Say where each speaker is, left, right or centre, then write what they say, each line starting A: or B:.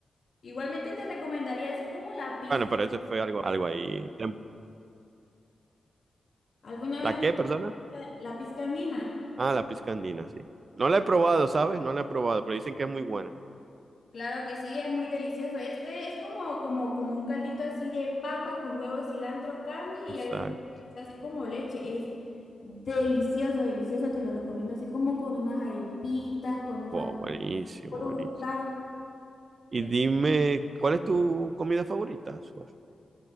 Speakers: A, on the left; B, on the right.
A: Igualmente te recomendaría así como la pizca.
B: Bueno, pero eso fue algo, algo ahí. Tem-
A: ¿Alguna
B: ¿La
A: vez
B: qué, persona?
A: has- la pizca andina?
B: Ah, la pizca andina, sí. No la he probado, ¿sabes? No la he probado, pero dicen que es muy buena.
A: Claro que sí, es muy delicioso. Este es como, como, como un caldito así de papa con huevo, cilantro, carne y
B: Exacto.
A: a veces le echa así como leche. Es delicioso, delicioso. Te lo recomiendo así como con unas arepitas, con un
B: Wow,
A: batido
B: buenísimo,
A: de fruta.
B: buenísimo. Y
A: Eh,
B: dime, ¿cuál es tu comida favorita, Suar?